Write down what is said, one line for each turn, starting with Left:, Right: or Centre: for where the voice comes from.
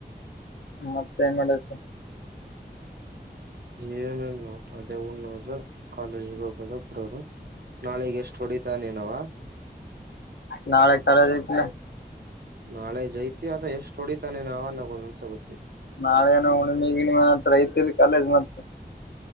Left: ಮತ್ತೆ ಏನ್ ಮಾಡತಿ
Right: ಏನು ಇ್ಣ ಅದೇ ಹಣೋದು ಕಾಲೇಜಿಗೆ ಹೋಗೋದ ಒಬ್್ರವರು ನಾಳಿಗೆ ಎಷ್ಟು ಹೊಡಿತಾನೇನವ
Left: ನಾಳೆ ಕರಜಐತಿ
Right: ನಾಳೆ ಜೈತ್ ಎಷ್ಟು ಹೊಡಿತಾನೆನೋ ನನಗೆ ಗೊತ್ತಿಲ್ಲ
Left: ನಾಳೆನ ಹುಣಮಿ ಗಿಣಿಮಿ ಹತ್ರ ಐತಿಲ್ ಕಾಲೇಜ್ ಮತ್ತ